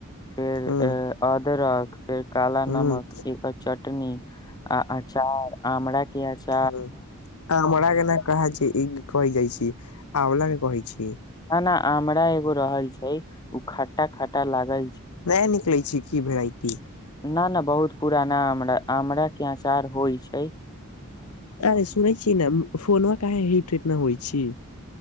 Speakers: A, on the left; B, on the left.
A: फेर
B: हूँ,
A: अ अदरक <unintelligible> काल
B: हूँ,
A: नमक एक बार चट तनी आ अचार आमरा के अचा
B: ह हामरा के ना कहै‌ छी ई कहै जाइ छी। आंवला के कहै छी।
A: ना आमरा एगो रहल छै उ खटटा खटटा लागै
B: नै निकलै छैय की भेराइटी
A: न न बहुत पुराना आमरा आमरा के अचार होइ छैय।
B: अरे सुने छी ने फोनवा का हे हेट इतना होइ छी।